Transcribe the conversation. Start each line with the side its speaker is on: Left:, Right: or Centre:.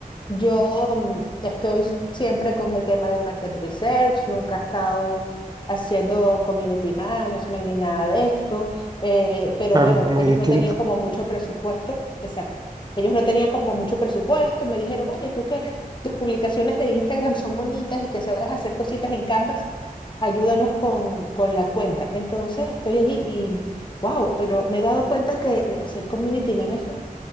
Left: yo mm, estoy siempre con el tema del market research, nunca he estado haciendo community management ni nada de esto, eh, pero
Right: Claro,
Left: bueno,
Right: muy
Left: ellos
Right: distinto.
Left: no tenían como mucho presupuesto, exacto, ellos no tenían como mucho presupuesto y me dijeron, oye, tú que tus publicaciones de Instagram son bonitas y que sabes hacer cositas en Canvas, ayúdanos con, con la cuenta. Entonces estoy allí y, wow, pero me he dado cuenta que eh, hacer community management